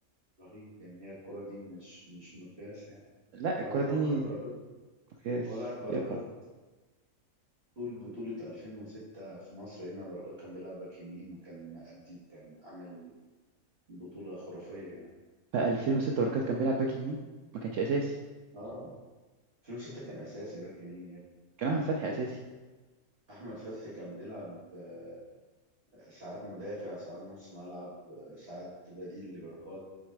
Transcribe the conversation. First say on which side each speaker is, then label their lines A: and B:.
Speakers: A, on the right; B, on the right.
A: رهيب يعني هي الكرة دي مش مش مقياس يعني
B: لا
A: وبعدين
B: الكرة دي
A: هو خد بركات
B: مقياس
A: هو لاعب بركات
B: يلا
A: طول بطولة 2006 في مصر هنا بركات كان بيلعب باك يمين وكان مأدي وكان عامل بطولة خرافية يعني
B: بقى 2006 بركات كان بيلعب باك يمين ما كانش اساسي
A: اه 2006 كان أساسي باك يمين يا ابني.
B: كان احمد فتحي اساسي
A: أحمد فتحي كان بيلعب آه، ساعات مدافع ساعات نص ملعب آه، ساعات بديل لبركات